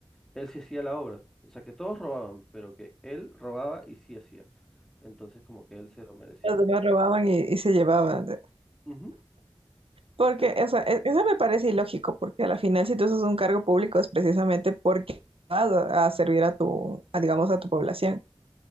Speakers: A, in the centre; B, on the right.
A: él sí hacía la obra. O sea, que todos robaban, pero que él robaba y sí hacía. Entonces, como que él se lo merecía.
B: Los demás robaban y, y se llevaban.
A: Ujú.
B: Porque,
A: Pe-
B: o sea, e- eso me parece ilógico, porque a la final, si tú haces un cargo público, es precisamente porque vas a, a servir a tu, a, digamos, a tu población.